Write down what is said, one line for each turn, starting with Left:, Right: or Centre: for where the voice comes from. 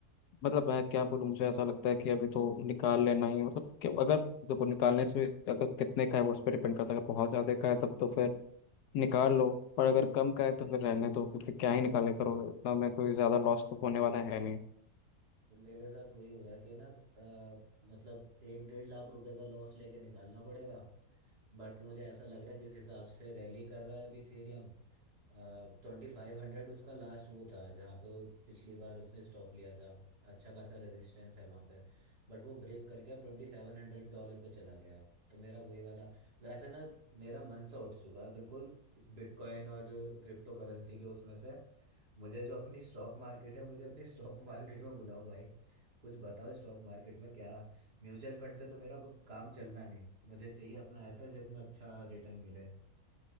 Left: मतलब मैं क्या बोलूँ मुझे ऐसा लगता है कि अभी तो निकाल लेना ही मतलब कि अगर देखो निकालने से भी, अगर कितने का है वो उस पर डिपेंड करता है अगर बहुत ज़्यादा का है तब तो फिर निकाल लो पर अगर कम का है तो फिर रहने दो क्योंकि क्या ही निकाले करोगे उतना में कोई ज़्यादा लॉस तो होने वाला है नहीं
Right: तो मेरे साथ वही हो रहा है कि ना अ, मतलब एक डेढ़ लाख रुपए का लॉस लेके निकालना पड़ेगा बट मुझे ऐसा लग रहा है जिस हिसाब से रैली कर रहा है अभी इथेरियम ट्वेंटी फाइव हंड्रेड उसका लास्ट वो था जहाँ पे वो पिछली बार उसने स्टॉप लिया था अच्छा खासा रेजिस्टेंस है वहाँ पे बट वो ब्रेक करके अब ट्वेंटी सेवन हंड्रेड डॉलर पे चला गया है तो मेरा वही वाला वैसे ना मेरा मन सा उठ चुका है बिल्कुल बिटकॉइन और क्रिप्टो करेंसी के उसमें से मुझे जो अपनी स्टॉक मार्केट है मुझे अपनी स्टॉक मार्केट में बुलाओ भाई कुछ बताओ स्टॉक मार्केट में क्या म्यूचुअल फंड से तो मेरा ब- काम चलना नहीं मुझे चाहिए अपना ऐसा जिसमें अच्छा रिटर्न मिले